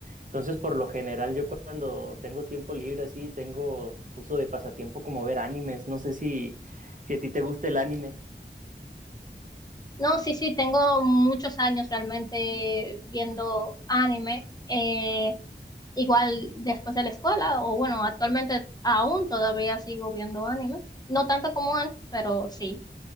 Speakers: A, on the right (about 45°); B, on the left (about 20°).
A: Entonces, por lo general, yo cuando tengo tiempo libre así, tengo uso de pasatiempo como ver animes. No sé si, si a ti te gusta el anime.
B: No, sí, sí, tengo muchos años realmente viendo anime. eh, igual después de la escuela, o bueno, actualmente aún todavía sigo viendo anime. No tanto como antes, pero sí.